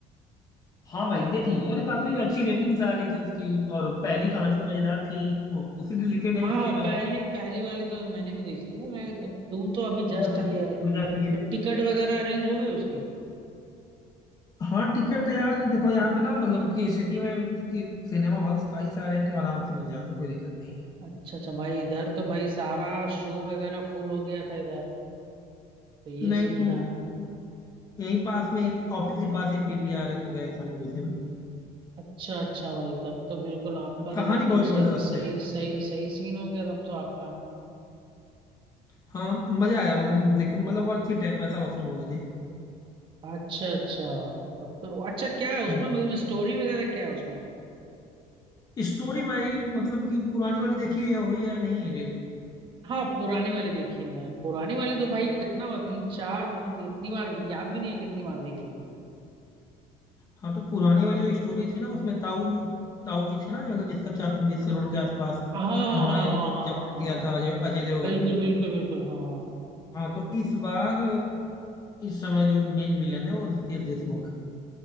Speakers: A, on the left; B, on the right.
A: हाँ भाई देख ली यार काफी अच्छी रेटिंग्स आ रही थी उसकी और पहली कहानी तो मजेदार थी तो उसी रिलेटेड है
B: हाँ
A: इसलिए
B: हाँ
A: मैं
B: पहली पहली वाली तो मैंने भी देख ली है लाइक टू तो अभी जस्ट
A: बस
B: आई
A: इसीलिए
B: है
A: सोचा
B: तो
A: कि ये भी
B: टिकट
A: देख ही
B: वगैरह
A: लेते हैं
B: अरेंज हो गई उसकी
A: हाँ टिकट यार देखो यहाँ पे ना मतलब कि सिटी में क्योंकि सिनेमा हॉल्स कई सारे हैं तो आराम से मिल जाता है कोई दिक्कत नहीं है
B: अच्छा अच्छा भाई इधर तो भाई सारा शो वगैरह फुल हो गया था इधर तो ये
A: नहीं
B: सीन
A: तो
B: था
A: यहीं पास में एक ऑफिस के पास ही पीवीआर है तो गए थे हम लोग उसी में
B: अच्छा अच्छा भाई तब तो बिल्कुल आपका तो
A: कहानी
B: बिल्कुल
A: बहुत जबरदस्त
B: सही सही
A: है यार
B: सही सही सीन हो गया तब तो आपका
A: हाँ मजा आया मतलब मूवी देख के मतलब वर्थ इट है पैसा वसूल मूवी थी
B: अच्छा अच्छा तब तो अच्छा क्या है उसमें
A: हम्म
B: मतलब स्टोरी वगैरह क्या है उसमें
A: स्टोरी भाई मतलब कि पुरानी वाली देखी है हुई या नहीं रेट
B: हाँ पुरानी वाली देखी है मैंने पुरानी वाली तो भाई कितना हुआ तीन चार मतलब इतनी बार याद भी नहीं है कितनी बार देख ली
A: हाँ तो पुरानी वाली जो स्टोरी थी ना उसमें ताऊ ताऊ जी थे ना जो मतलब जिसका चार सौ बीस करोड़ के आसपास
B: हाँ
A: उन्होंने
B: हाँ हाँ हाँ हाँ
A: जब्त
B: हाँ हाँ
A: किया
B: हाँ हाँ।
A: था अजय अजय देवगन
B: बिल्कुल
A: ने
B: बिल्कुल बिल्कुल हाँ हाँ
A: हाँ तो इस बार इस समय जो मेन विलन है वो रितेश देशमुख है।